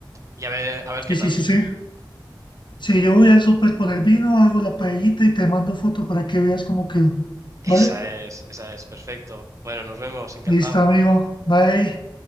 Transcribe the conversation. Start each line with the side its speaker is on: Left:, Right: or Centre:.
Right: y a ver, a ver
Left: sí,
Right: qué tal.
Left: sí, sí, sí. Si yo voy al súper por el vino, hago la paellita y te mando foto para que veas cómo quedó.
Right: Esa
Left: ¿Vale?
Right: es, esa es, perfecto. Bueno, nos vemos, encantado.
Left: Listo, amigo. Bye.